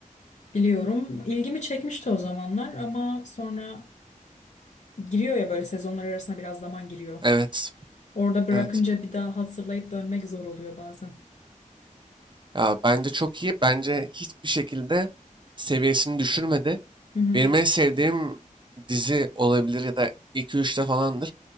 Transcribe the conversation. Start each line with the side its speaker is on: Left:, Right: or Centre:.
Left: Biliyorum. İlgimi çekmişti o zamanlar ama sonra giriyor ya böyle sezonlar arasında biraz zaman giriyor.
Right: Evet.
Left: Orada bırakınca
Right: Evet.
Left: bir daha hazırlayıp dönmek zor oluyor bazen.
Right: Ya bence çok iyi. Bence hiçbir şekilde seviyesini düşürmedi.
Left: Hı hı.
Right: Benim en sevdiğim dizi olabilir ya da iki üçte falandır.